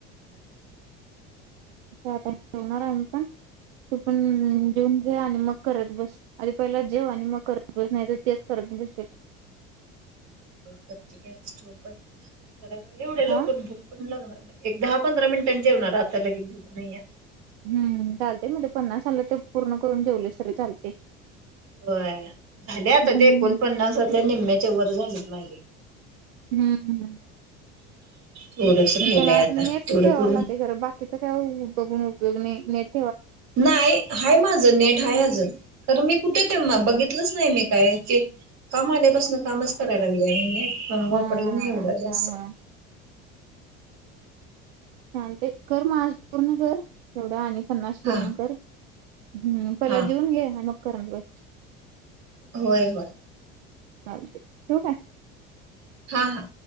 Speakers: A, on the right (about 85°); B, on the right (about 60°).
A: आता जेवणार आहे का तू पण जेऊन घे आणि मग करत बस आधी पहिला जेव आणि मग करत बस नाही तर तेच करत बसशील
B: करती काप <unintelligible> एवढ्या लवकर
A: हा
B: भुक पण लाग एक दहा पंधरा मिनटां जेवणार आता लगे भुक नाही ये
A: हम्म चालते म्हणजे पन्नास आलं ते पूर्ण करून जेवले सर चालते
B: हो झाले आता
A: हम्म.
B: ते एकोणपन्नास ते निम्म्येच्या वर झालेत माझे
A: हम्म हम्म
B: थोडंच राहिलंय
A: त्याला आता नेट
B: तेवढं
A: ठेवाय
B: पूर्ण
A: लाग ते खरं बाकीच काय बघून गट <unintelligible>
B: नाही हाय माझ नेट हाय अजुन त तुम्ही कुठे ठेवणार बघितलंच नाही मी काय क काम आल्यापासन कामच करायला लागले हा वापरलं
A: हा
B: नाही एवढं
A: त्यामुळं.
B: जास्त <inaudible>
A: छान ते कर म आज पूर्ण कर तेवढं आणि पन्नास
B: हा
A: पूर्ण कर हम्म पहिला
B: हा
A: जेऊन घ्या आणि मग करत बस
B: होय होय
A: ठेऊ काय
B: हा हा